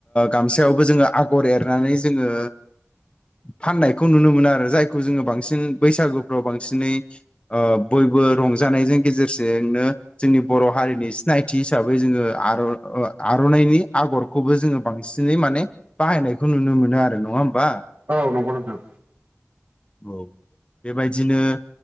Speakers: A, on the left; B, on the right.
A: गामसायावबो जोङो आगर एरनानै जोङो फाननायखौ नुनो मोना आरो जायखौ जोङो बांसिन बैसागुफ्राव बांसिनै बयबो रंजानायजों गेजेरजोंनो जोंनि बर' हारिनि सिनायथि हिसाबै जोङो आरनाइ आर'नाइनि आगरखौबो जोङो बांसिनै माने बाहायनायखौ नुनो मोनो आरो नङा होमबा
B: औ नंगौ नोंथां
A: औ बेबायदिनो